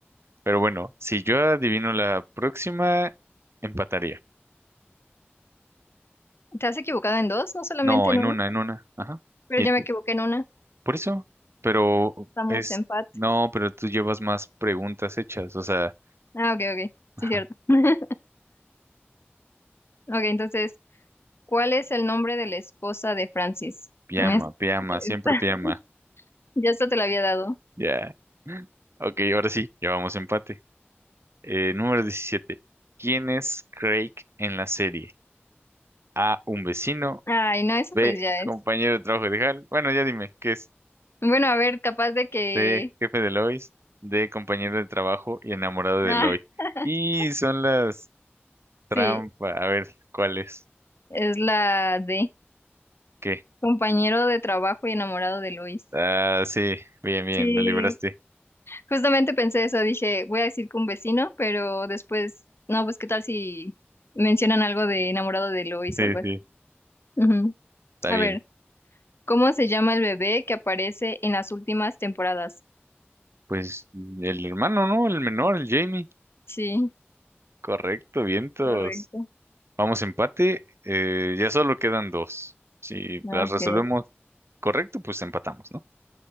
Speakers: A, on the right (about 75°); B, on the left (about 70°).
A: Pero bueno, si yo adivino la próxima, empataría.
B: ¿Te has equivocado en dos? No solamente
A: No,
B: en
A: en
B: una,
A: una, en una. Ajá.
B: pero
A: ¿Y
B: yo
A: tú?
B: me equivoqué en una.
A: Por eso. Pero
B: Estamos
A: es.
B: empate.
A: No, pero tú llevas más preguntas hechas. O sea,
B: Ah, ok, ok.
A: ajá.
B: Sí, cierto. <laughs> Ok, entonces, ¿cuál es el nombre de la esposa de Francis?
A: Piama,
B: Mm, Es-
A: piama,
B: esta-
A: siempre
B: <laughs>
A: piama.
B: ya esto te lo había dado.
A: Ya. Ok, ahora sí, llevamos empate. Eh, número 17. ¿Quién es Craig en la serie? A, un vecino.
B: Ay, no, eso
A: B,
B: pues ya es.
A: compañero de trabajo de Hal. Bueno, ya dime, ¿qué es?
B: Bueno, a ver, capaz de que...
A: C, jefe de Lois. D, compañero de trabajo y enamorado de
B: Ah,
A: Lois.
B: <laughs>
A: Y son las trampas.
B: sí.
A: A ver, ¿cuál es?
B: Es la de
A: ¿Qué?
B: compañero de trabajo y enamorado de Luis.
A: Ah, sí, bien, bien,
B: Sí,
A: lo libraste.
B: justamente pensé eso, dije, voy a decir que un vecino, pero después, no, pues qué tal si mencionan algo de enamorado de Lois
A: Sí,
B: o algo así.
A: sí,
B: Ujú.
A: está
B: A
A: bien.
B: ver, ¿cómo se llama el bebé que aparece en las últimas temporadas?
A: Pues el hermano, ¿no? El menor, el Jamie.
B: Sí,
A: Correcto, vientos.
B: correcto.
A: Vamos empate, eh, ya solo quedan dos. Si
B: Ok.
A: las resolvemos correcto, pues empatamos, ¿no?